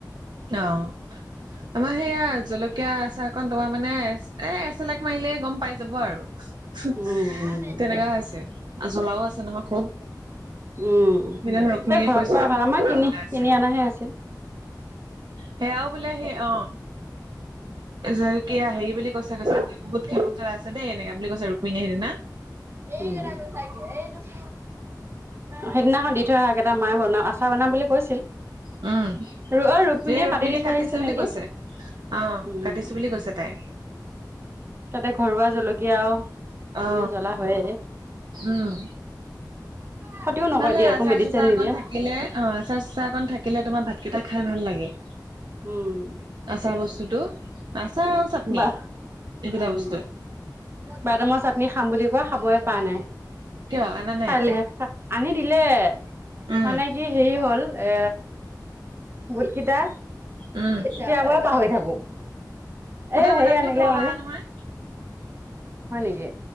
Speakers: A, on the right; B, on the right.
A: অ'। আমাৰ সেয়া জলকীয়া আচাৰকন তোমাৰ মানে এ এচলেক মাৰিলেই গম পাই যাব আৰু, তেনেকুৱা
B: উম উম
A: হৈছে, জ্বলাও আছে নহয় খুব।
B: উম',
A: সেইদিনা ৰুক্মিণীয়ে
B: সেই ঘৰত
A: কৈছে
B: খুৱাই ভাল, আমাৰ
A: বহুত
B: কিনি
A: জ্বলা
B: কিনি
A: আছে।
B: অনাহে আছিল।
A: সেয়াও বোলে সেই অ'। জলকীয়া হেৰি বুলি কৈ কৈছে, কৈছে বহুত খেলোক জলা আছে দেই এনেকা বুলি কৈছে ৰুক্মীণী সেইদিনা।
B: <unintelligible> সেইদিনাখন দি থৈ অহা কেইটা মায়ে বনাও আচাৰ বনাম বুলি কৈছিল।
A: উম।
B: ৰ অ
A: এ ৰুক্মিণীয়ে
B: কাটি দি
A: কাটিছে
B: থৈ আহিছিল
A: বুলি
B: নেকি
A: কৈছে, অ',
B: উম
A: কাটিছে বুলি কৈছে তাই।
B: তাতে ঘৰুৱা জলকীয়া আও,
A: অ
B: এনেও জ্বলা হয়ে।
A: উম',
B: ক্ষতিও নকয়
A: ভালে
B: দিয়া
A: আচাৰ
B: একো মেডিচিন
A: চাচাৰ
B: নিদিয়ে
A: অকন থাক কিলে অ', আচাৰ চাচাৰ অকন থাকিলে তোমাৰ ভাতকেইটা খাই ভাল লাগে।
B: উম।
A: আচাৰ বস্তুটো তো, আচাৰ আৰু চাটনি
B: বাহ
A: এইকেইটা
B: উম
A: বস্তু।
B: বাদামৰ চাটনি খাম বুলি কোৱা খাবই পৰা নাই,
A: কিয় আনা নাই?
B: কাইলৈহে আনি দিলে,
A: উম,
B: মানে কি হেৰি হ'ল এ বোট কেইটা
A: উম,
B: তিয়াবৈ পাহৰি থাকো।
A: সুদা
B: এ
A: বাদাম
B: হেৰি
A: দিও
B: আনিলে
A: খাব
B: মানে।
A: পাৰা নহয়।
B: হয় নেকি,